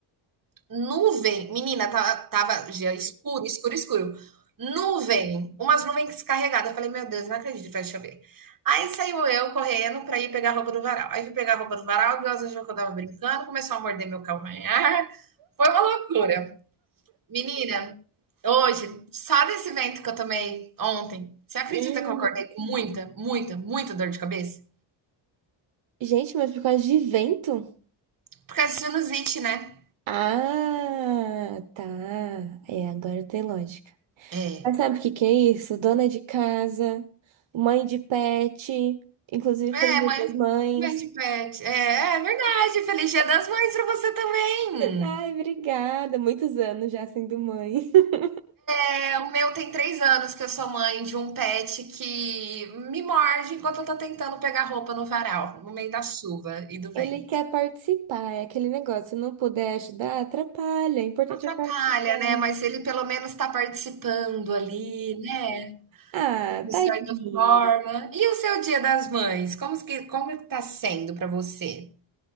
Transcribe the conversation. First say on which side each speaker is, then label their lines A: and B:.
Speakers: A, on the right; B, on the right.
A: Nuvem, menina, tava tava já escuro, escuro, escuro. Nuvem, umas nuvens carregadas. Eu falei: "Meu Deus, não acredito vai chover". Aí saiu eu correndo pra ir pegar a roupa do varal. Aí fui pegar a roupa do varal, o Deus, achou que eu estava brincando, começou a morder meu calcanhar. Foi uma loucura. Menina, hoje, só desse vento que eu tomei ontem, você acredita
B: Hum.
A: que eu acordei com muita, muita, muita dor de cabeça?
B: Gente, mas por causa de vento?
A: Por causa de sinusite, né?
B: Ah, tá. É, agora tem lógica.
A: É.
B: Mas sabe o que que é isso? Dona de casa, mãe de pet, inclusive
A: É,
B: feliz Dia
A: mãe,
B: das mães.
A: mãe de pet. É, é verdade. Feliz Dia das Mães para você também.
B: Ai, obrigada. Muitos anos já sendo mãe. <laughs>
A: É, o meu tem três anos que eu sou mãe de um pet que me morde enquanto eu tô tentando pegar roupa no varal, no meio da chuva e do vento.
B: Ele quer participar, é aquele negócio. Se não puder ajudar, atrapalha. O importante
A: Atrapalha,
B: é participar.
A: né? Mas ele pelo menos tá participando ali, né?
B: Ah,
A: De
B: tadinho.
A: certa forma. E o seu Dia das Mães? Como que, como que tá sendo para você?